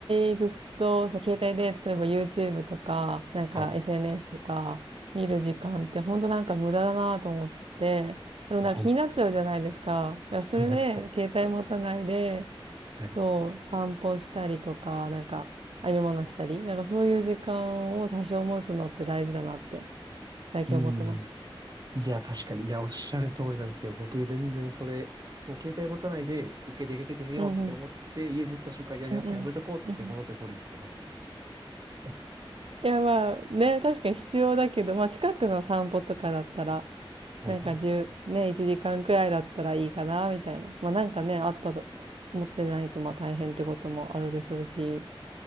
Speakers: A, on the right; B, on the right.
A: 帯ずっと、携帯で、例えば YouTube とか、なんか
B: はい。い
A: SNS とか見る時間って本当なんか無駄だなと思って、でもなんか気になっちゃうじゃないですか。
B: や、ほんと
A: だからそれで、
B: 気になっちゃいますね。
A: 携帯持たないで、
B: はい。
A: そう、散歩したりとか、なんか、編み物したり、なんかそういう時間を多少持つのって大事だなって、最近思ってます。
B: うん。いや、確かに。いや、おっしゃる通りなんですけど、僕、全然それ、もう携帯持たないで、一回出かけてみようって思って、
A: うんうん。
B: 家出た瞬間、いや、やっぱやめとこうって言って戻って取りに行っちゃいます。
A: うんうん。うんうん
B: <laughs>
A: いや、まあ、ね、確かに必要だけど、まあ、近くの散歩とかだったら、
B: はいはい。
A: なんか1ね、1時間くらいだったらいいかな、みたいな。まあ、なんかね、あったと、持ってないと、まあ、大変ってこともあるでしょうし。